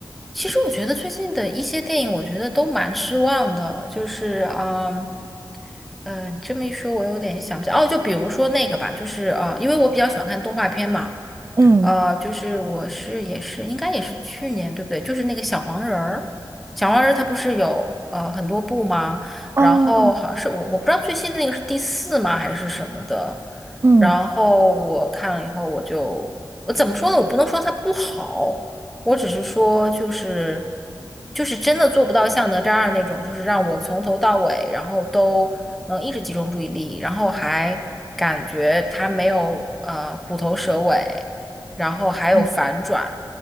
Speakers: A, in the centre; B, on the right.
A: 其实我觉得最近的一些电影，我觉得都蛮失望的，就是嗯。嗯，你这么一说，我有点想不起来。哦，就比如说那个吧，就是呃，因为我比较喜欢看动画片嘛，
B: 嗯，
A: 呃，就是我是也是应该也是去年对不对？就是那个小黄人儿，小黄人儿它不是有呃很多部吗？
B: 哦哦，
A: 然后好像是我我不知道最新的那个是第四吗还是什么的。
B: 嗯
A: 然后我看了以后，我就我怎么说呢？我不能说它不好，我只是说就是就是真的做不到像哪吒二那种，就是让我从头到尾，然后都能一直集中注意力，然后还感觉它没有呃虎头蛇尾。然后还有反转，
B: 嗯，